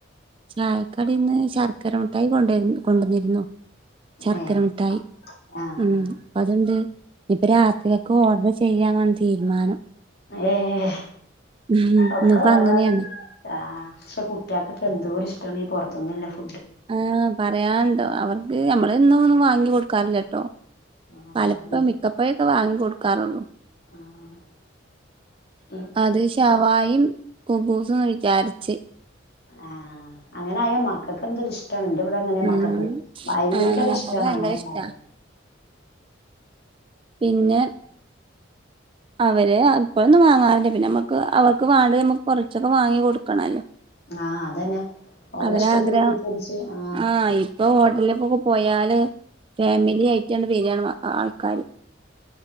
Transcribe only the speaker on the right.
ചായക്കടി ഇന്ന് ശർക്കര മുട്ടായി കൊണ്ട് കൊണ്ടുവന്നിരുന്നു ശർക്കര
മുട്ടായി
ഉം
അതുണ്ട് ഇപ്പ രാത്രിയൊക്കെ ഓർഡർ ചെ ചെയ്യാനാണ് തീരുമാനം
ഉം
ഇന്നിപ്പോ
അങ്ങനെയാണ്
ആഹ് പറയാനുണ്ടോ അവർക്ക് നമ്മള് എന്നും ഒന്നും വാങ്ങി കൊടുക്കാറില്ലട്ടോ
പലപ്പ
മിക്കപ്പോയും വാങ്ങി കൊടുക്കാറുള്ളൂ
അത് ശവായും കുബൂസ് ന്ന് വിചാരിച്ച്
ഉം
ആഹ് അത്
ഭയങ്കര
ഇഷ്ടാ
പിന്നെ അവര് അപ്പഴൊന്നും വാങ്ങാറില്ല പിന്നെ നമ്മുക്ക് അവർക്ക് വാണ്ടത് നമുക്ക് കൊറച്ചൊക്കെ വാങ്ങി കൊടുക്കണല്ലോ
അവരെ
ആഗ്രഹം
ആഹ് ഇപ്പൊ ഹോട്ടലിലേക്കൊക്കെ പോയാല് ഫാമിലി ആയിട്ടാണ് വരിയാണ് ആൾക്കാര്